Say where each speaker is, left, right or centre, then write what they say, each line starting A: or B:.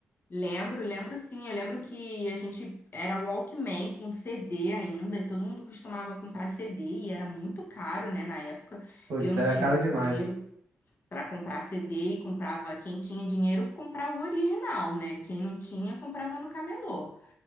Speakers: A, on the left; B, on the right.
A: Lembro, lembro sim. Eu lembro que a gente era Walkman com CD ainda, e todo mundo costumava comprar CD e era muito caro, né, na época.
B: Putz,
A: Eu não
B: era
A: tinha
B: caro
A: muito
B: demais.
A: dinheiro para comprar CD e comprava quem tinha dinheiro comprava o original, né? Quem não tinha comprava no camelô.